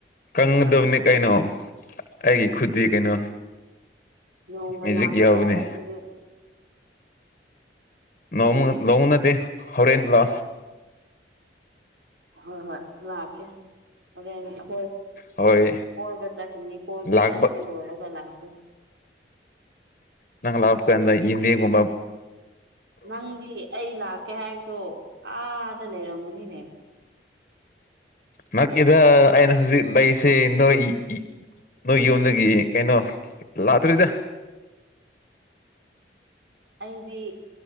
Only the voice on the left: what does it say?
ꯀꯪꯒꯕꯅꯤ
ꯀꯩ ꯑꯩꯒꯤ ꯈꯨꯗꯤ ꯀꯩꯅꯣ
ꯃꯦꯖꯤꯛ
ꯌꯥꯎꯕꯅꯦ
ꯂꫭꯡꯕ ꯂꯥꯎꯅꯗꯦ ꯍꯣꯔꯟ ꯂ
ꯍꯣꯏ
ꯂꯥꯛꯄ
ꯅꯪ ꯂꯥꯛꯄꯀꯥꯟꯗ ꯌꯦꯟꯗꯦꯡꯒꯨꯝꯕ
ꯅꯛꯏꯗ ꯑꯩꯅ ꯍꯧꯖꯤꯛ ꯂꯩꯔꯤꯁꯦ ꯅꯣꯏ ꯏ ꯅꯣꯏ ꯌꯨꯝꯗꯒꯤ ꯀꯩꯅꯣ ꯂꯥꯛꯇꯣꯔꯤꯗ꯫